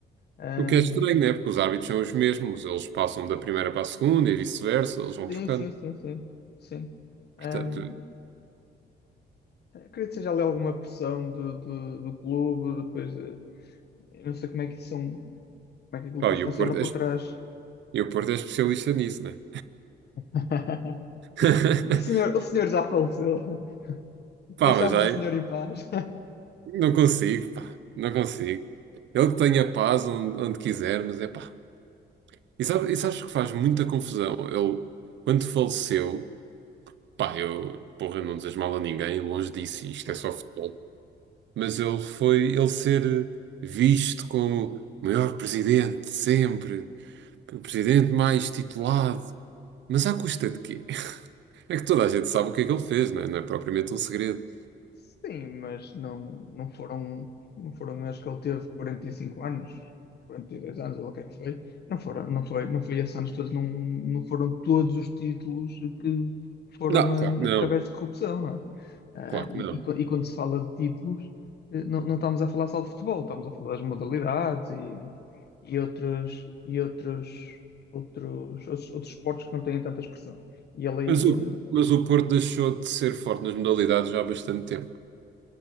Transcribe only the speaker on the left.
Ahm,
sim,
sim, sim, sim. Sim.
Ahm, Eu acredito que seja ali alguma pressão do, do, do clube, depois eh, eu não sei como é que são, como é que aquilo
depois
funciona
por
trás.
<laughs>
O senhor, o senhor já faleceu. Deixámos
o senhor em paz.
<laughs>
Sim, mas não, não foram, não foram, acho que ele teve 45 anos, 42 anos, ou o que é que foi. Não foram, não foi, não foi esses anos todos, não, não foram todos os títulos que foram
hum,
através
de corrupção, não é? Ah,
e,
e quan- e quando se fala de títulos, eh, não, não estamos a falar só de futebol, estamos a falar das modalidades e, e outros, e outros, outros, outros, outros esportes que não têm tanta expressão. E ele aí
eh,